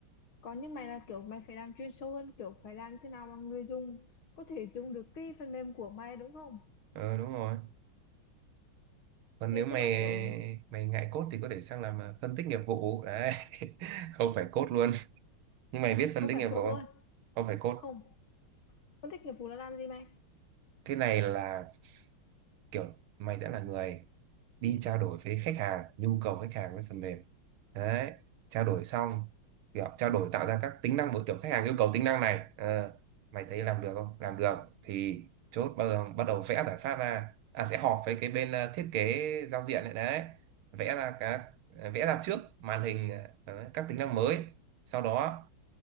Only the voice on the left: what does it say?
còn như mày là kiểu mày phải làm chuyên sâu hơn kiểu phải làm thế nào mà người dùng có thể dùng được cái phần mềm của mày đúng không?
Thế
tức là kiểu
không
phải
code
luôn
không phân tích nghiệp vụ là làm gì mày?